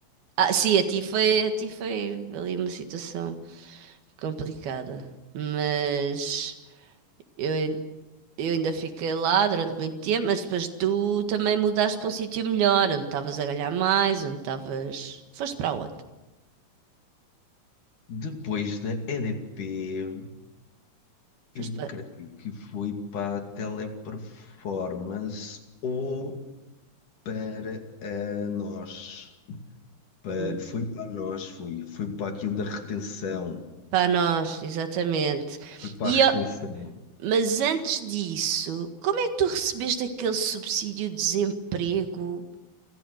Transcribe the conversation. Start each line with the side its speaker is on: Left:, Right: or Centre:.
Right: Ah, sim, a ti foi, a ti foi ali uma situação complicada. Mas eu, ain- eu ainda fiquei lá durante muito tempo, mas depois tu também mudaste para um sítio melhor, onde estavas a ganhar mais, onde estavas. Foste para onde?
Left: Depois da EDP. Eu
Right: Foste para.
Left: creio que foi para a teleperformance ou para a nós. Pa-
Right: hum,
Left: Foi para a nós, foi. Foi para aquilo da retenção.
Right: Para nós, exatamente.
Left: Foi para
Right: E,
Left: a retenção.
Right: ó, mas antes disso, como é que tu recebeste aquele subsídio de desemprego,